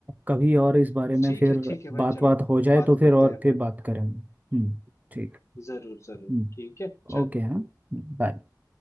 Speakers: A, on the right; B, on the left.
A: कभी और इस बारे में
B: ठीक
A: फिर
B: है ठीक है
A: बात
B: भाई चलो
A: बात हो जाए
B: बात
A: तो फिर
B: करते
A: और
B: हैं
A: फिर
B: फिर
A: बात करेंगे हम्म ठीक
B: जरूर जरूर
A: हम्म
B: ठीक है चल
A: ओके हाँ बाय